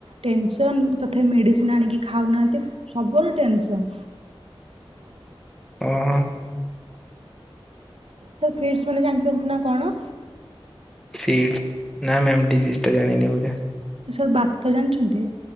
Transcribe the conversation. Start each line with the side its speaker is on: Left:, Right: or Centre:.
Right: ଟେନସନ ତଥାପି ମେଡିସିନ ଆଣିକି ଖାଉନାହାନ୍ତି ସବୁଳେ ଟେନସନ।
Centre: <inaudible>
Right: ସାର୍ ଫ୍ରିଡ଼୍ସ୍ ମାନେ ଜାଣିପଛନ୍ତି ନା କଣ?
Centre: ଫ୍ରିଡ଼୍ସ୍ ନା ମ୍ୟାମ ଡିଜିିଜ ଜାନିଣି ବୋଧେ।
Right: ସାର୍ ବାତ ଜାଣିଛନ୍ତି?